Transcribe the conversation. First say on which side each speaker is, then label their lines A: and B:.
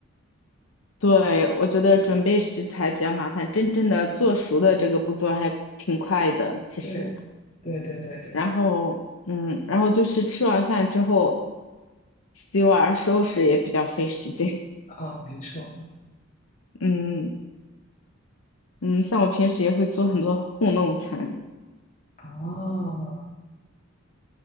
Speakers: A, on the left; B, on the left.
A: 对，我觉得准备食材比较麻烦，真正的做熟的这个步骤还挺快的，其实。
B: 对对对对对，
A: 然后，嗯，然后就是吃完饭之后洗碗收拾也比较费时间。
B: 哦，没错，
A: <laughs> 嗯嗯，像我平时也会做很多糊弄餐，
B: 哦